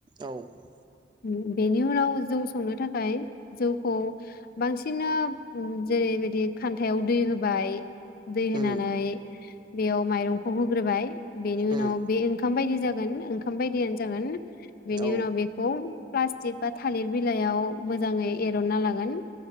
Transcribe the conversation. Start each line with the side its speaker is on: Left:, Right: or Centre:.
Right: औ ओ
Left: उम बेनि उनाव जौ संनो थाखाय जौखौ बांसिना जेरैबायदि खान्थायाव दै होबाय दै
Right: उम
Left: होनानै बेयाव माइरंखौ होग्रोबाय बेनि
Right: उम
Left: उनाव बे ओंखाम बायदि जागोन ओंखाम बायदियानो जागोन बेनि
Right: औ
Left: उनाव बेखौ प्लास्टिक बा थालिर बिलाइयाव मोजाङै एरनना लागोन।